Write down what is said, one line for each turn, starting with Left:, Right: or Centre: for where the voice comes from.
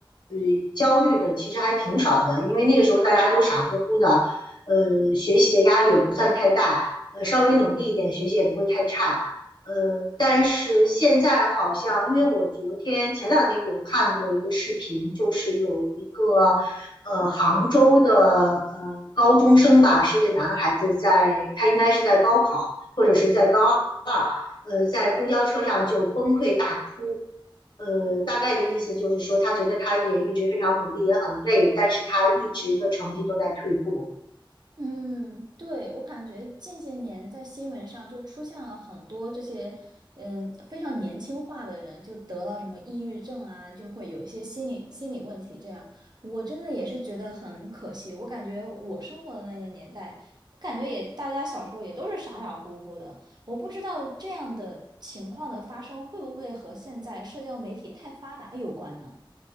Left: 呃焦虑的其实还挺少的，因为那个时候大家都傻乎乎的，呃，学习的压力也不算太大，呃，稍微努力一点，学习也不会太差。呃，但是现在好像，因为我昨天前两天有看过一个视频，就是有一个呃杭州的呃高中生吧，是一个男孩子在，他应该是在高考或者是在高二，呃，在公交车上就崩溃大哭。呃，大概的意思就是说，他觉得他也一直非常努力，也很累，但是他一直的成绩都在退步。
Right: 嗯，对，我感觉近些年在新闻上就出现了很多这些，嗯，非常年轻化的人，就得了什么抑郁症啊，就会有一些心理心理问题。这样，我真的也是觉得很可惜。我感觉我生活的那个年代，我感觉也大家小时候也都是傻傻乎乎的。我不知道这样的情况的发生会不会和现在社交媒体太发达有关呢？